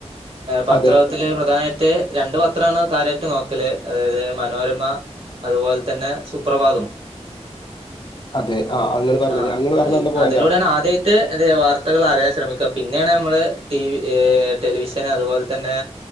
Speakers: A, on the right; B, on the left.
A: പത്രത്തിൽ
B: അതെ
A: പ്രധാനായിട്ട് രണ്ട് പത്രാണ് കാര്യയിട്ട് നോക്കല് അതായത് മനോരമ അത്പോല് തന്നെ സുപ്രഭാതും
B: അതെ ആഹ് അത് ഇങ്ങള് പറഞ്ഞത്
A: ആഹ്
B: ഇങ്ങള് പറഞ്ഞ നല്ല പോയിന്റാ
A: അതിലൂടെണ് ആദ്യ ട്ട് എന്തിയ വാർത്തകൾ അറിയാ ശ്രമിക്ക പിന്നെണ് നമ്മൾ ടിവി ഏഹ് ടെലിവിഷ ൻ അത്പോല് തന്നെ